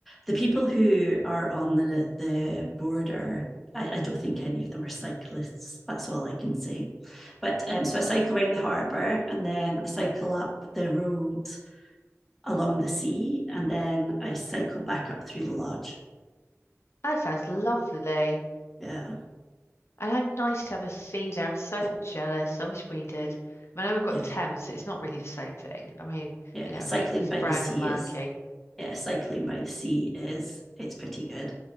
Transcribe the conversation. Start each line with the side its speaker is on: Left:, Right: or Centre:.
Centre: the people who are on the the border I, I don't think any of them are cyclists. That's all I can say. But um, so I cycle around the harbour and then I cycle up the road along the sea and then I cycle back up through the lodge.
Left: That sounds lovely.
Centre: Yeah,
Left: And how nice to have a sea there. I'm so jealous. I wish we did. I mean, I know we've got
Centre: yeah,
Left: the Thames. It's not really the same thing. I mean,
Centre: yeah.
Left: you know,
Centre: Cycling
Left: I mean, it's
Centre: by
Left: brown
Centre: the sea
Left: and murky.
Centre: is yeah, cycling by the sea is it's pretty good.